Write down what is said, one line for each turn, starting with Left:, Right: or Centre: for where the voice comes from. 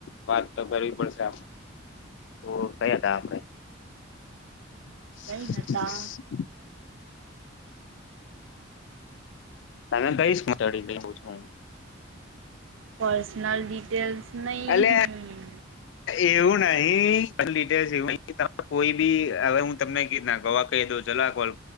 Left: વાત તો કરવી પડશે તો કયા હતા આપ હ
Right: કઈ હતા
Left: તમે કઈશ ચડી છું.
Right: પર્સનલ ડિટેલ્સ નહીં
Left: અલ્યા એવું નહી ડટેસ એવું <unintelligible> કોઈ બી હવે હું તમને ક ગવા કહી દઉ જલાકોલ